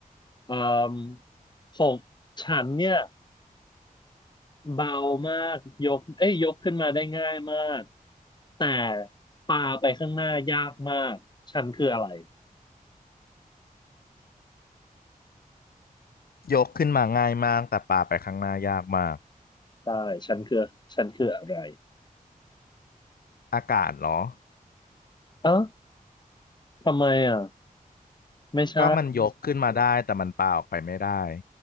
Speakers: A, on the left (about 30°); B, on the left (about 90°).
A: เอ่มผมฉันเนี่ยเบามากยกเอ้ยยกขึ้นมาได้ง่ายมากแต่ปาไปข้างหน้ายากมากฉันคืออะไร
B: ยกขึ้นมาง่ายมากแต่ปาไปข้างหน้ายากมาก
A: ได้ฉันคือฉันคืออะไร
B: อากาศเหรอ
A: เอ้าทำไมอ่ะไม่ใช่
B: ก็มันยกขึ้นมาได้แต่มันปาออกไปไม่ได้